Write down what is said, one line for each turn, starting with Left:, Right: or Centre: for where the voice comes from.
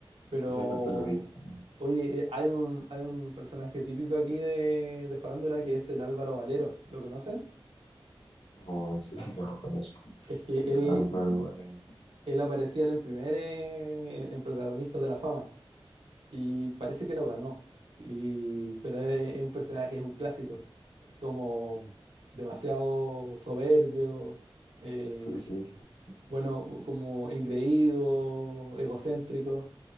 Right: Pero,
Left: Ese no te lo viste.
Right: oye, eh, hay un, hay un personaje típico aquí de, de Farándula que es el Álvaro Valero. ¿Lo conoces?
Left: No, ese sí no lo conozco.
Right: Es que él,
Left: Álvaro Valenzuela.
Right: él aparecía en el primer, eh, en, en Protagonistas de la Fama. y parece que lo ganó. Y, pero es, es un personaje, es un clásico. Es como demasiado soberbio, eh,
Left: Sí, sí.
Right: bueno, como engreído, egocéntrico.